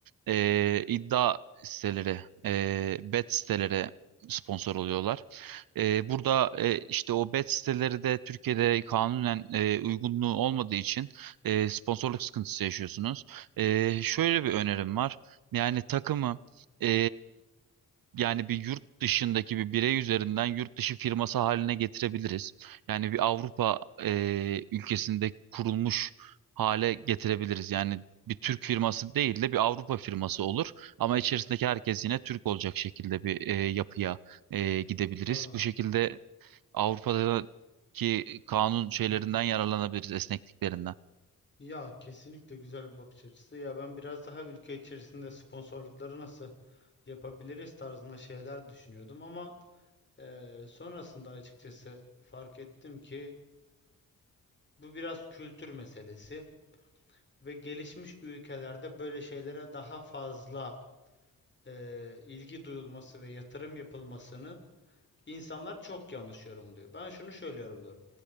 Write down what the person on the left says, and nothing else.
Anladım.
Hı
hı.
Ya kesinlikle güzel bir bakış açısı. Ya ben biraz daha ülke içerisinde sponsorlukları nasıl yapabiliriz tarzında şeyler düşünüyordum ama Eee, sonrasında açıkçası fark ettim ki Bu biraz kültür meselesi ve gelişmiş ülkelerde böyle şeylere daha fazla eee, ilgi duyulması ve yatırım yapılmasını insanlar çok yanlış yorumluyor. Ben şunu şöyle yorumluyorum.